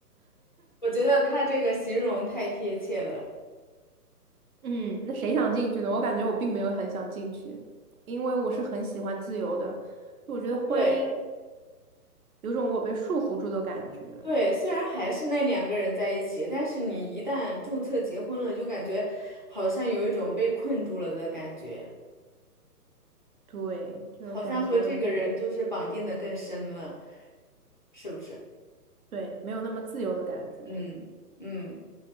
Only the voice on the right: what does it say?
嗯，那谁想进去呢？我感觉我并没有很想进去，因为我是很喜欢自由的，就我觉得婚姻
有种我被束缚住的感觉，
对，就感觉没有，
对，没有那么自由的感觉。